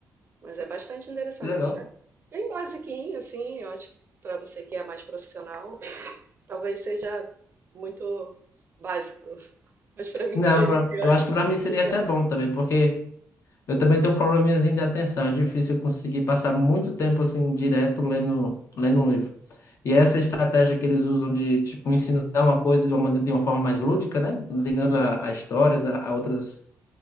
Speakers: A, on the right; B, on the left.
A: Mas é bastante interessante.
B: que legal.
A: É bem basiquinho, assim. Eu acho que para você que é mais profissional, talvez seja muito básico. Mas para mim
B: Não,
A: que sou iniciante,
B: pra- eu acho que pra mim seria
A: é
B: até
A: legal.
B: bom também, porque Eu também tenho um probleminhazinho de atenção. É difícil eu conseguir passar muito tempo assim direto lendo, lendo um livro. E é essa estratégia que eles usam de tipo ensinar uma coisa de uma, mane- de uma forma mais lúdica, né? Ligando
A: Uhum.
B: a, a histórias a, a outras